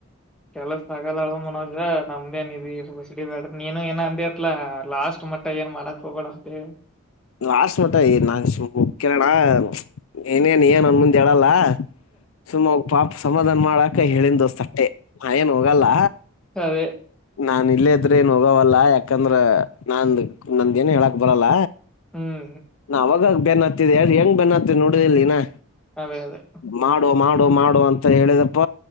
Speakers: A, in the centre; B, on the left.
A: ಕೆಲ ಸಕಾಲ ಅದಳು ಮನೋಜ ನಮ್ಮ ಅಂದೇ ಇ ಬುಸಡಿ ಪಡ ನೇನು ಏನು ಅಂದ ಅಟ್ಲ ಲಾಸ್ಟ್ ಮಟ್ಟ ಏನ್ ಮಾಡೋಕ್ ಹೋಗ್ಬೇಡ. ಹ
B: ಲಾಸ್ಟ್ ಮಟ ನಾನ್ ಕನಡ ಏನೇನ್ ಏನ್ ಅಂದ ಮುಂದ್ ಹೇಳಲ್ಲ. ಸುಮ್ಮ ಪಾಪ ಸಮಾಧಾನ ಮಾಡಾಕ ಹೇಳಿಂದಸ್ ತಟ್ಟೆ ನ ಏನ್ ಹೋಗಲ್ಲ.
A: ಅದೇ
B: ನಾನ್ ಇಲ್ಲೇ ಇದ್ರೆ ಏನ್ ಹೋಗವಲ್ಲಾ ಯಾಕಂದ್ರ ನಾನ್ ನಂದ ಏನ್ ಹೇಳಾಕ್ ಬರಲ್ಲ.
A: ಹ್ಮ್
B: ನವಾಗ ಬನ್ ಆಗ್ತಿದೆ ಎ ಹೆಂಗ್ ಬನ್ ಆತ ನೋಡ್ರ ಇಲ್ಲಿನಾ.
A: ಅದೇ ಅದೇ
B: ಮಾಡುವ ಮಾಡ ಮಾಡಡು ಮಾಡು ಅಂತ ಹೇಳಿದಪ್ಪ